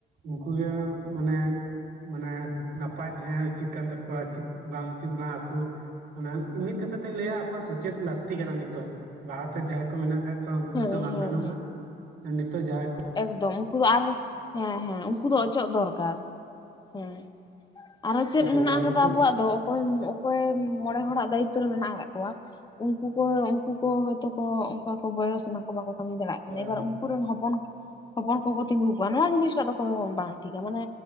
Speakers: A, on the right; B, on the left.
A: ᱩᱱᱠᱩ ᱜᱮ ᱢᱟᱱᱮ ᱢᱟᱱᱮ ᱱᱟᱯᱟᱭ ᱛᱟᱦᱮᱸ ᱩᱪᱤᱛ ᱠᱟᱱ ᱛᱟᱠᱚᱣᱟ ᱪᱮᱫ ᱵᱟᱝ ᱪᱮᱫ ᱵᱟᱝ ᱟᱠᱚ ᱢᱟᱱᱮ ᱢᱤᱫ ᱠᱟᱛᱷᱟ ᱛᱮᱧ ᱞᱟᱹᱭᱟ ᱟᱠᱚ ᱥᱮᱪᱮᱫ ᱞᱟᱹᱠᱛᱤ ᱠᱟᱱᱟ ᱱᱤᱛᱚᱜ ᱞᱟᱦᱟᱛᱮ ᱡᱟᱦᱟᱸᱭ ᱠᱚ ᱢᱮᱱᱟᱜ ᱟᱠᱟᱫ ᱠᱚᱣᱟ ᱩᱱᱠᱩ
B: ᱦᱮᱸ
A: ᱫᱚ ᱵᱟᱝ
B: ᱦᱮᱸ
A: ᱜᱟᱱᱚᱜᱼᱟ
B: ᱦᱮᱸ ᱾
A: ᱱᱤᱛᱚᱜ ᱡᱟᱦᱟᱭ ᱠᱚ
B: ᱮᱠᱫᱚᱢ ᱩᱱᱠᱩ ᱫᱚ ᱟᱨ, ᱦᱮᱸ ᱦᱮᱸ ᱩᱱᱠᱩ ᱫᱚ ᱚᱪᱚᱜ ᱫᱚᱨᱠᱟᱨ ᱾ ᱦᱮᱸ, ᱟᱨᱚ ᱪᱮᱫ
A: ᱛᱟᱯᱚᱨᱮ
B: ᱢᱮᱱᱟᱜ
A: ᱡᱟᱦᱟᱸᱭ
B: ᱟᱠᱟᱫᱟ
A: ᱱᱤᱛᱚᱜ
B: ᱟᱵᱚᱣᱟᱜ ᱫᱚ ᱚᱠᱚᱭᱮᱢ ᱚᱠᱚᱭᱮᱢ ᱢᱚᱬᱮ ᱦᱚᱲᱟᱜ ᱫᱟᱭᱤᱛᱛᱚ ᱨᱮ ᱢᱮᱱᱟᱜ ᱟᱠᱟᱫ ᱠᱚᱣᱟ, ᱩᱱᱠᱩ ᱠᱚ ᱩᱱᱠᱩ ᱠᱚ ᱦᱚᱭᱛᱳ ᱠᱚ ᱚᱱᱠᱟ ᱠᱚ ᱵᱚᱭᱚᱥ ᱮᱱᱟ ᱠᱚ ᱵᱟᱠᱚ ᱠᱟᱹᱢᱤ ᱫᱟᱲᱮᱜ ᱠᱟᱱᱟ
A: ᱦᱳᱭ
B: ᱮᱵᱟᱨ
A: ᱦᱳᱭ
B: ᱩᱱᱠᱩ ᱨᱮᱱ ᱦᱚᱯᱚᱱ ᱦᱚᱯᱚᱱ ᱠᱚᱠᱚ ᱛᱤᱸᱜᱩ ᱠᱚᱣᱟ ᱱᱚᱣᱟ ᱡᱤᱱᱤᱥᱴᱟᱜ ᱫᱚ ᱠᱚ ᱵᱟᱝ ᱴᱷᱤᱠᱟ ᱾ ᱢᱟᱱᱮ